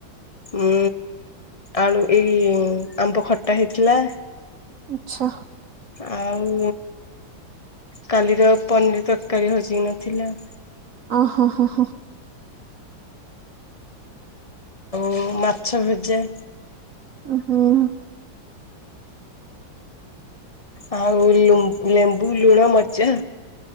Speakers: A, on the left; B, on the right.
A: ଉଁ ଆଳୁ ଏଇ ଆମ୍ବ ଖଟା ହେଇଥିଲା।
B: ଆଚ୍ଛା।
A: ଆଉ କାଲିର ପନିର ତରକାରୀ ହଜି ନଥିଲା।
B: ଓହୋ ହ, ହ।
A: ଓ ମାଛ ଭେଜା।
B: ହୁଁ।
A: ଆଉ ଲେମ୍ବୁ ଲୁଣ ମଜା।